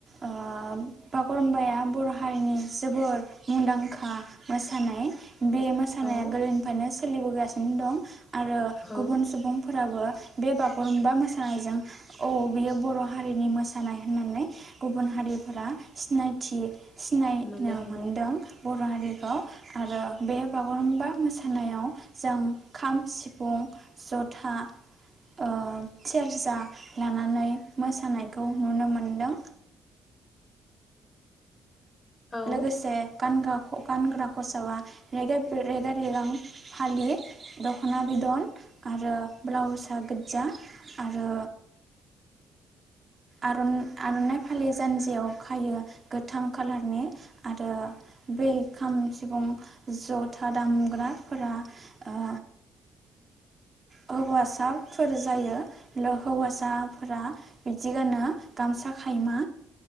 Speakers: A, on the right; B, on the left.
A: ओ बागुरुम्बाया बर' हारिनि जोबोर मुंदांखा मोसानाय बे मोसानायाबो
B: औ
A: गोदोनिफ्रायनो सोलिबोगासिनो दं आरो
B: औ
A: गुबुन सुबुंफोराबो बे बागुरुमबा मोसानायजों औ बियो बर' हारिनि मो मोसानाय होननानै गुबुन हारिफोरा सिनायथि सिनायनो
B: मोनो
A: मोनदों बर' बर' हारिखौ आरो बे बागुरुम्बा मोसानायाव जों खाम, सिफुं, जथा ओ सेरजा लानानै मोसानाय नुनो मोनदों।
B: औ
A: लोगोसे गानग्रा गानग्रा खसाबा रेगे रेगां फालि दखना बिदन आरो ब्लाउसआ गोज्जा आरो आरो आर'ननाय फालि जानजियाव खायो गोथां कालारनि आरो बै खाम सिफुं जथा दामग्राफोरा ओ हौवासाफोर जायो हौवासाफोरा बिदि गानो गामसा खायमा।